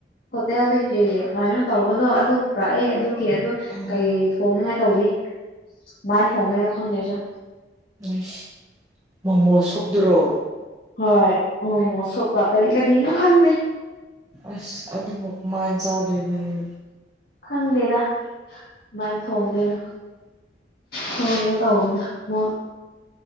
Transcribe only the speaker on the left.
ꯍꯣꯇꯦꯜꯗꯒꯤ ꯀꯩꯅꯣ ꯇꯧꯕꯗꯣ ꯑꯗꯨ ꯄꯨꯔꯛꯑꯦ ꯑꯗꯨꯒꯤ ꯑꯗꯨ
ꯀꯩ ꯊꯣꯡꯅꯤꯡꯉꯥꯏ ꯇꯧꯔꯤ ꯀꯃꯥꯏ ꯊꯣꯡꯗꯣꯏꯅꯣ ꯈꯪꯗꯦ ꯑꯩꯁꯨ
ꯍꯣꯏ ꯃꯣꯃꯣ ꯁꯨꯞꯀꯥ ꯀꯔꯤ ꯀꯥꯔꯤꯅꯣ ꯈꯡꯗꯦ
ꯈꯪꯗꯦꯗ ꯀꯃꯥꯏ ꯊꯣꯡꯗꯣꯏꯅꯣ ꯊꯣꯡꯒꯦ ꯇꯧꯕꯅꯦ ꯃꯥ